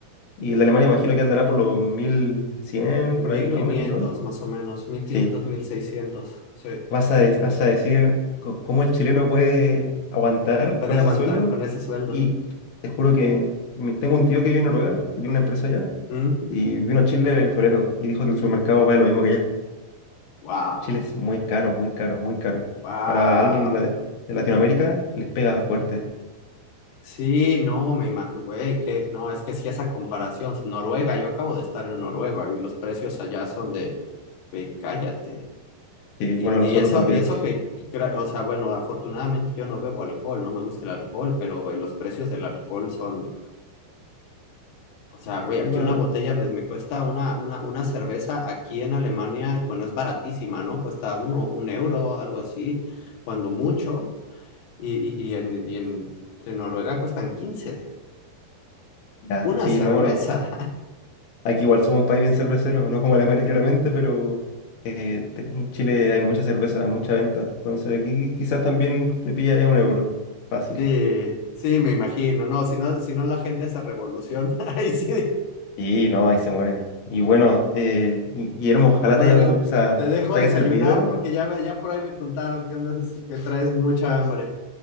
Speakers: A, on the left; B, on the left.
A: y el de Alemania imagino que andará por los 1100
B: mil
A: por ahí, ¿no?
B: quinientos
A: 1200.
B: más o menos, mil
A: Sí,
B: quinientos mil seiscientos sí.
A: vas a, de- vas a decir co- cómo el chileno puede aguantar
B: Puede
A: con
B: aguantar
A: ese sueldo,
B: con ese sueldo.
A: y te juro que mi- tengo un tío que vive en Noruega, que tiene una empresa allá,
B: ¿Mm?
A: y vino a Chile en febrero, y dijo que el supermercado vale lo mismo que allá.
B: Wow,
A: Chile es muy caro, muy caro, muy caro.
B: wow.
A: Para alguien la- de Latinoamérica les pega fuerte.
B: Sí, no, me imagino, güey, que no, es que sí esa comparación, Noruega, yo acabo de estar en Noruega y los precios allá son de, güey, cállate. Y,
A: Y
B: y-
A: bueno, los
B: y
A: sueldos
B: eso,
A: también.
B: y eso que, gra- o sea, bueno, afortunadamente yo no bebo alcohol, no me gusta el alcohol, pero güey, los precios del alcohol son, o sea, güey, aquí
A: Y bueno,
B: una botella me, me cuesta una, una, una cerveza aquí en Alemania, bueno, es baratísima, ¿no? Cuesta uno, un euro, algo así, cuando mucho, y, y, y en, y en, en Noruega cuestan 15,
A: ya,
B: Una
A: sí,
B: cerveza.
A: no, no. Aquí igual somos un país bien cervecero, no como Alemania claramente, pero eh, te- en Chile hay mucha cerveza, mucha venta. Entonces aquí quizás también te pilla ya un euro. Fácil.
B: Sí, sí, me imagino, no, si no, si no la gente se revoluciona. <laughs> Ahí sí.
A: Y no, ahí se mueren. Y bueno, eh, Gui- Guillermo, ojalá
B: Bueno,
A: te haya,
B: amigo,
A: gu- o sea,
B: te dejo
A: te
B: desayunar
A: haya servido.
B: porque ya, ve- ya por ahí me contaron que andas así, que traes mucha hambre.